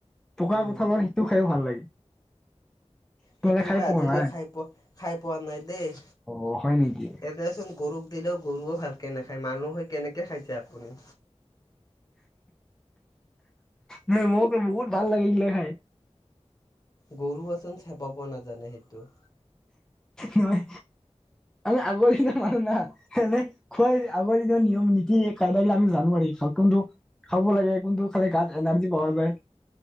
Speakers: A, in the centre; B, on the left (about 35°).
A: পকা
B: উম।
A: কঁঠালৰ সিটো খাইও ভাল লাগে। তোমালোকে
B: সেইটো
A: খাই
B: মই
A: পোৱা
B: আজিলৈকে
A: নাই
B: খাই পোৱা খাই পোৱা নাই দেই।
A: অ হয় নেকি
B: এনেচোন গৰুক দিলেও গৰুও ভালকে নাখায়, মানুহে কেনেকে খাইছে আপুনি?
A: ম মোক বহুত ভাল লাগিছিলে খাই।
B: গৰু আচোন চেবাব নাজানে সেইটো।
A: নহয় আমি আগৰ দিনা মানুহ না। এনে খুৱাই আগৰ দিনৰ নিয়ম নীতি কাইদা আমি জানো আৰু কোনটো খাব লাগে, কোনটো খালে গাত এনাৰ্জি পাৱা যায়।